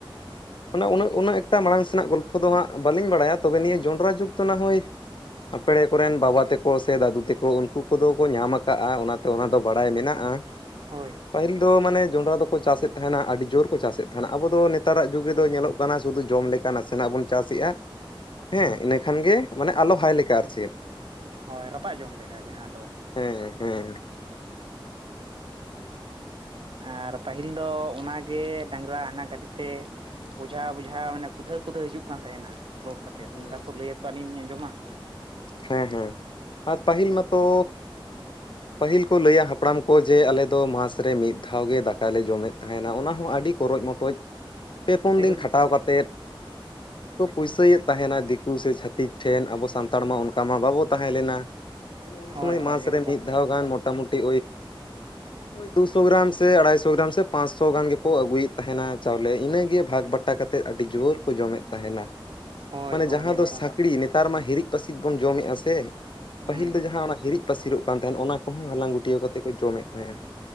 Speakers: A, on the left; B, on the right.
A: ᱚᱱᱟ ᱩᱱᱟᱹᱜ ᱩᱱᱟᱹᱜ ᱮᱠᱴᱟ ᱢᱟᱲᱟᱝ ᱥᱮᱱᱟᱜ ᱜᱚᱞᱯᱚ ᱫᱚ ᱦᱟᱸᱜ ᱵᱟᱹᱞᱤᱧ ᱵᱟᱲᱟᱭᱟ ᱛᱚᱵᱮ ᱱᱤᱭᱟᱹ ᱡᱚᱸᱰᱨᱟ ᱡᱩᱜᱽ ᱫᱚ ᱱᱟ ᱦᱳᱭ ᱟᱯᱲᱮ ᱠᱚᱨᱮᱱ ᱵᱟᱵᱟ ᱛᱮᱠᱚ ᱥᱮ ᱫᱟᱫᱩ ᱛᱠᱚ ᱩᱱᱠᱩ ᱠᱚᱫᱚ ᱠᱚ ᱧᱟᱢ ᱟᱠᱟᱜᱼᱟ ᱚᱱᱟ ᱛᱚ ᱚᱱᱟ ᱫᱚ ᱵᱟᱲᱟᱭ ᱢᱮᱱᱟᱜᱼᱟ
B: ᱦᱳᱭ
A: ᱯᱟᱦᱤᱞ ᱫᱚ ᱢᱟᱱᱮ ᱡᱚᱸᱰᱨᱟ ᱫᱚᱠᱚ ᱪᱟᱥᱮᱫ ᱛᱟᱦᱮᱱᱟ ᱟᱹᱰᱤ ᱡᱳᱨ ᱠᱚ ᱪᱟᱥᱮᱫ ᱛᱟᱦᱮᱸᱱᱟ ᱟᱵᱚ ᱫᱚ ᱱᱮᱛᱟᱨᱟᱜ ᱡᱩᱜᱽ ᱨᱮᱫᱚ ᱧᱮᱞᱚᱜ ᱠᱟᱱᱟ ᱥᱩᱫᱩ ᱡᱚᱢ ᱞᱮᱠᱟ ᱠᱟ ᱱᱟᱥᱮᱱᱟᱜ ᱵᱚᱱ ᱪᱟᱥ ᱮᱫᱼᱟ ᱦᱮᱸ ᱤᱱᱟᱹ ᱠᱷᱟᱱ ᱜᱮ ᱢᱟᱱᱮ ᱟᱞᱚ ᱵᱷᱟᱭ ᱞᱮᱠᱟ ᱟᱨ ᱪᱮᱫ
B: ᱦᱳᱭ ᱨᱟᱯᱟᱜ ᱡᱚᱢ ᱞᱮᱠᱟ ᱡᱟᱦᱟᱸ ᱫᱚ
A: ᱦᱮᱸ ᱦᱮᱸ <inaudible>
B: ᱟᱨ ᱯᱟᱹᱦᱤᱞ ᱫᱚ ᱚᱱᱟᱜᱮ ᱰᱟᱝᱨᱟ ᱦᱟᱱᱟ ᱜᱟᱹᱰᱤᱛᱮ ᱵᱚᱡᱷᱟ ᱵᱚᱡᱷᱟ ᱢᱟᱱᱮ ᱠᱩᱫᱟᱹ ᱠᱩᱫᱟᱹ ᱦᱤᱡᱩᱜ ᱠᱟᱱ ᱛᱟᱦᱮᱱᱟ ᱞᱳᱰ ᱠᱟᱛᱮ, ᱮᱛ
A: ᱦᱮᱸ
B: ᱚᱱᱠᱟ ᱠᱚ ᱞᱟᱹᱭᱟᱛᱚ ᱟᱹᱞᱤᱧ ᱞᱤᱧ ᱟᱸᱡᱚᱢᱟ,
A: ᱦᱮᱸ ᱦᱮᱸ ᱟᱨ ᱯᱟᱹᱦᱤᱞ ᱢᱟᱛᱚ ᱯᱟᱹᱦᱤᱞ ᱠᱚ ᱞᱟᱹᱭᱟ ᱦᱟᱯᱲᱟᱢ ᱠᱚ ᱡᱮ ᱟᱞᱮᱫᱚ ᱢᱟᱥ ᱨᱮ ᱢᱤᱫ ᱫᱷᱟᱣ ᱜᱮ ᱫᱟᱠᱟᱞᱮ ᱡᱚᱢᱮᱫ ᱛᱟᱦᱮᱱᱟ ᱚᱱᱟ ᱦᱚᱸ ᱟᱹᱰᱤ ᱠᱚᱚᱨᱪ ᱢᱚᱴᱚᱚᱡ ᱯᱮ ᱯᱩᱱ
B: ᱮᱠᱫᱚᱢ
A: ᱫᱤᱱ ᱠᱷᱟᱴᱟᱣ ᱠᱟᱛᱮᱫ ᱠᱚ ᱯᱩᱭᱥᱟᱹᱭᱮᱫ ᱛᱟᱦᱮᱱᱟ ᱫᱤᱠᱩ ᱥᱮ ᱪᱷᱟᱟᱹᱛᱤᱠ ᱴᱷᱮᱱ ᱟᱵᱚ ᱥᱟᱱᱛᱟᱲ ᱱᱮᱛᱟᱨ ᱢᱟ ᱚᱱᱠᱟ ᱢᱟ ᱵᱟᱵᱚ ᱛᱟᱦᱮᱸ ᱞᱮᱱᱟ ᱛᱟᱦᱮ ᱩᱱ
B: ᱦᱳᱭ
A: ᱥᱚᱢᱚᱭ
B: ᱦᱳᱭ
A: ᱢᱟᱥ
B: ᱮᱠᱫᱚᱢ
A: ᱨᱮ ᱢᱤᱫ ᱫᱷᱟᱣ ᱜᱟᱱ ᱢᱚᱴᱟᱢᱩᱴᱤ <unintelligible> ᱫᱩᱥᱚ ᱜᱨᱟᱢ ᱥᱮ ᱟᱲᱟᱭ ᱥᱚ ᱜᱨᱟᱢ ᱥᱮ ᱯᱟᱸᱪᱥᱚ ᱜᱟᱱ ᱜᱮᱠᱚ ᱟᱹᱜᱩᱭᱮᱫ ᱛᱟᱦᱮᱱᱟ ᱪᱟᱣᱞᱮ ᱤᱱᱟᱹᱜᱮ ᱵᱷᱟᱜᱽ ᱵᱟᱴ ᱟᱴᱟ ᱠᱟᱛᱮᱫ ᱟᱹᱰᱤ ᱡᱳᱨ ᱠᱚ ᱡᱚᱢᱮᱫ ᱛᱟᱦᱮᱱᱟ,
B: ᱦᱳᱭ
A: ᱢᱟᱱᱮ
B: ᱦᱳᱭ
A: ᱡᱟᱦᱟᱸ
B: ᱮᱠᱫᱚᱢ
A: ᱫᱚ ᱥᱠᱲᱤ ᱱᱮᱛᱟᱨ ᱢᱟ ᱦᱤᱨᱤᱡ ᱯᱟᱹᱥᱤᱡ ᱵᱚᱱ ᱡᱚᱢᱮᱜᱼᱟ ᱥᱮ
B: ᱦᱩᱸ
A: ᱯᱟᱹᱦᱤᱞ ᱫᱚ ᱡᱟᱦᱟᱸ ᱦᱤᱨᱤᱡ ᱯᱟᱹᱥᱤᱨᱚᱜ ᱠᱟᱱ ᱛᱟᱦᱮᱸᱫ ᱚᱱᱟ ᱠᱚᱦᱚᱸ ᱦᱟᱞᱟᱝ ᱜᱩᱴᱭᱟᱹᱣ ᱠᱟᱛᱮ ᱠᱚ ᱡᱚᱢᱮᱫ ᱛᱟᱦᱮᱸᱜᱼᱟ